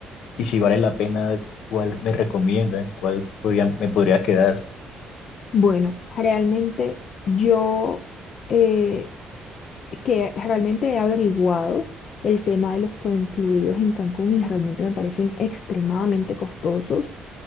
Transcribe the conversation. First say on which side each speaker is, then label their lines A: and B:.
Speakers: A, on the left; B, on the left.
A: y si vale la pena, cuál me recomiendan, cuál podría, me podría quedar.
B: Bueno, realmente yo eh, s- que realmente he averiguado el tema de los todo incluidos en Cancún y realmente me parecen extremadamente costosos.